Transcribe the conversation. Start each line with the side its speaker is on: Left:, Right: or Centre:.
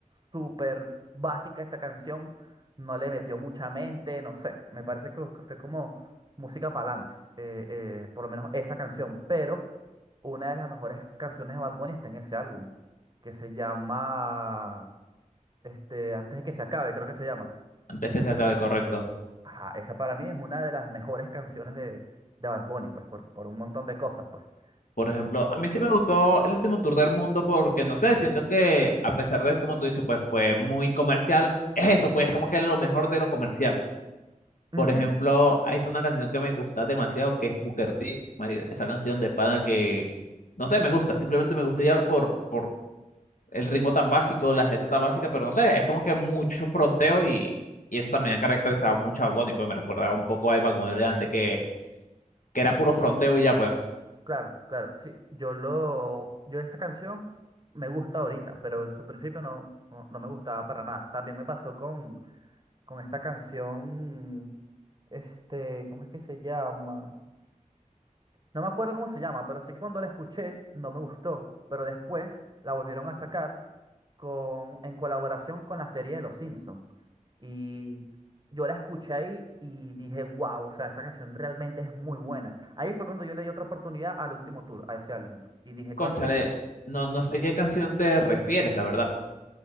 Right: súper básica esa canción, no le metió mucha mente, no sé, me parece que, que fue como música para adelante, por lo menos esa canción, pero una de las mejores canciones de Bad Bunny está en ese álbum, que se llama, este, Antes de que se acabe, creo que se llama.
Left: antes que se acabe correcto.
Right: Ajá, esa para mí es una de las mejores canciones de, de Bad Bunny, pues, por, por un montón de cosas, pues.
Left: Por
Right: Entonces,
Left: ejemplo, a mí sí me gustó el último tour del mundo porque, no sé, siento que a pesar de, como tú dices, pues fue muy comercial, es eso, pues como que lo mejor de lo comercial
Right: mm,
Left: Por ejemplo, hay una canción que me gusta demasiado que es Booker T. mari- Esa canción de pana que, no sé, me gusta. Simplemente me gusta ya por, por el ritmo tan básico, las letras tan básicas, pero no sé, es como que mucho fronteo y, y eso también ha caracterizado mucho a Bad Bunny, pues me recordaba un poco a Bad Bunny de antes que, que era puro fronteo y ya pues.
Right: claro, claro, sí, yo lo, yo esa canción me gusta ahorita, pero en su principio no, no, no me gustaba para nada. También me pasó con, con esta canción, este, ¿cómo es que se llama? No me acuerdo cómo se llama, pero sé que cuando la escuché no me gustó, pero después la volvieron a sacar con, en colaboración con la serie de Los Simpsons. Y yo la escuché ahí y dije, wow, o sea, esta canción realmente es muy buena. Ahí fue cuando yo le di otra oportunidad al último tour, a ese álbum. Y dije,
Left: Cónchale,
Right: cónchale, no.
Left: no, no sé qué canción te refieres, la verdad.